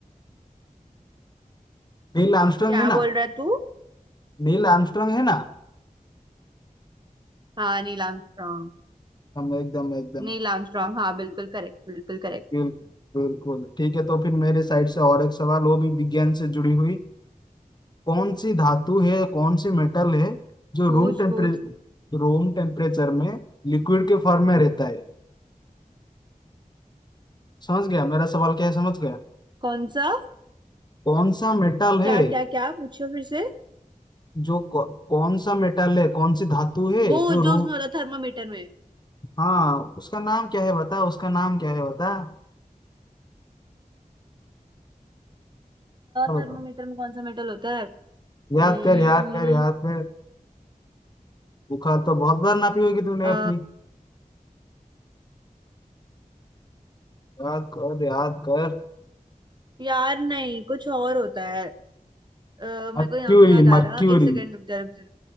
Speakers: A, on the left; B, on the right.
A: नील आर्मस्ट्रांग
B: क्या
A: है
B: बोल
A: ना
B: रहा है तू
A: नील आर्मस्ट्रांग है ना
B: हाँ नील आर्मस्ट्रॉन्ग
A: हम एकदम एकदम
B: नील आर्मस्ट्रॉन्ग हाँ बिल्कुल करेक्ट बिल्कुल करेक्ट
A: बिल्कुल बिल्कुल ठीक है तो फिर मेरे साइड से और एक सवाल वो भी विज्ञान से जुड़ी हुई कौन सी धातु है कौन सी मेटल है जो
B: पूछ
A: रूम टेम्परे
B: पूछ
A: रूम टेम्परेचर में लिक्विड के फॉर्म में रहता है समझ गया मेरा सवाल क्या है समझ गया
B: कौन सा
A: कौन सा मेटल है
B: क्या क्या क्या पूछो फिर से
A: जो कौ, कौन सा मेटल है कौन सी धातु है
B: वो
A: जो
B: जो
A: रू
B: उसमें होता है थर्मामीटर में
A: हाँ उसका नाम क्या है बता उसका नाम क्या है बता हाँ,
B: थर्मामीटर
A: बता
B: में कौन सा मेटल होता है हम्म,
A: याद कर याद कर याद कर बुखार तो बहुत बार नापी होगी तूने
B: अ,
A: अपनी याद कर याद कर
B: यार नहीं कुछ और होता है अ, मेरे
A: मर्क्यूरी
B: को नाम नहीं याद आ
A: मर्क्यूरी
B: रहा एक सेकेंड रुक जा रुक जा